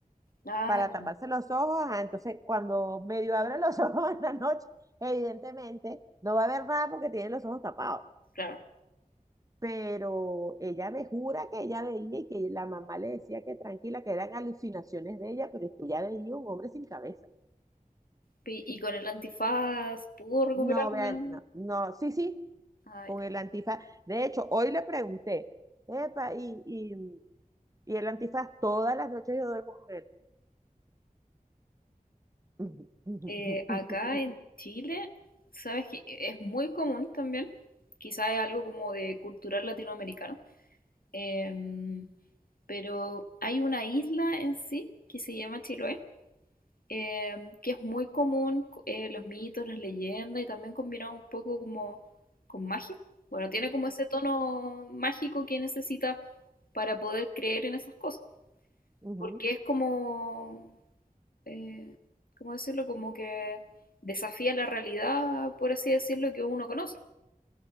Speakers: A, on the left; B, on the right.
A: Ay,
B: para taparse los ojos. ah, Entonces, cuando medio abre los <laughs> ojos en la noche, evidentemente no va a ver nada porque tiene los ojos tapados.
A: claro.
B: Pero ella me jura que ella veía y que la mamá le decía que tranquila, que eran alucinaciones de ella, pero es que ella veía un hombre sin cabeza.
A: Pi- Y con el antifaz pudo recuperarla.
B: No, vean, no, no, sí, sí,
A: Ah,
B: con el antifaz. De hecho, hoy le pregunté, epa, y, y, y el antifaz, todas las noches yo duermo con él. <laughs> Ujú,
A: eh, acá en Chile, sabes que es muy común también, quizás es algo como de cultural latinoamericano, em, pero hay una isla en sí que se llama Chiloé, em, que es muy común co- eh, los mitos, las leyendas y también combinado un poco como con magia. Bueno, tiene como ese tono mágico que necesita para poder creer en esas cosas,
B: ujú,
A: porque es como eh, ¿cómo decirlo? Como que desafía la realidad, por así decirlo, que uno conoce.